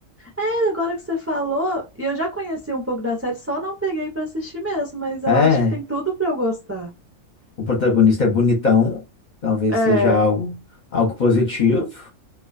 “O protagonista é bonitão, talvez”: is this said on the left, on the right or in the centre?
Left